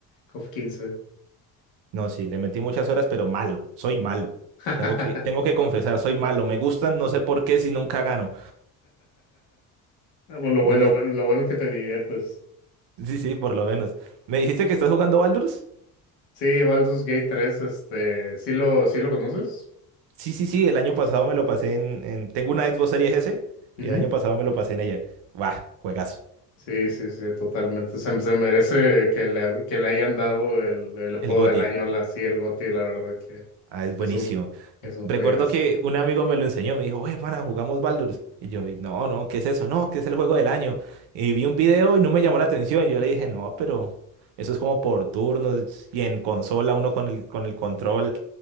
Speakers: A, on the left (about 80°); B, on the right (about 60°).
A: KOF quince.
B: No, sí, le metí muchas horas, pero malo, soy malo.
A: <laughs>
B: Tengo que, tengo que confesar, soy malo. Me gustan, no sé por qué, si nunca gano.
A: Ah, Pues lo bueno,
B: No le,
A: lo bueno, lo bueno es que te diviertes.
B: Sí, sí, por lo menos. ¿Me dijiste que estás jugando Baldur's?
A: Sí, Baldur's Gate tres, este, sí lo, sí lo conoces.
B: Sí, sí, sí, el año pasado me lo pasé en, en- Tengo una Xbox Series S y
A: Ujú.
B: el año pasado me lo pasé en ella. Buah, juegazo.
A: Sí, sí, sí, totalmente. Se, se merece que le, que le hayan dado el, el juego
B: El GOTY.
A: del año, la, sí, el GOTY, la verdad que
B: Ah, es buenísimo.
A: es un, es un
B: Recuerdo
A: juegazo.
B: que un amigo me lo enseñó, me dijo, oye, pana, jugamos Baldur's. Y yo, "Y no, no, ¿qué es eso? No, que es el juego del año. Y vi un video y no me llamó la atención. Yo le dije, no, pero eso es como por turnos y en consola uno con el, con el control.